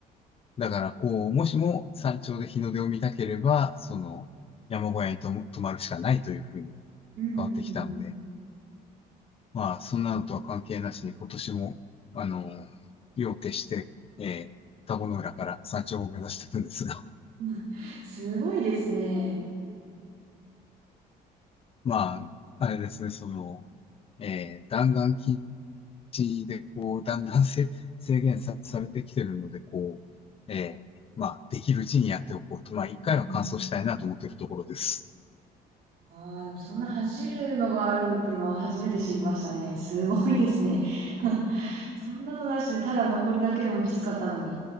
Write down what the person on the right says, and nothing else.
うんうん
うん <laughs>。すごいですね。
うんああ、でもそんな走るのがあるっていうのは初めて知りましたね。すごいですね。<laughs> そんなのなしでただ登るだけでもきつかったのに。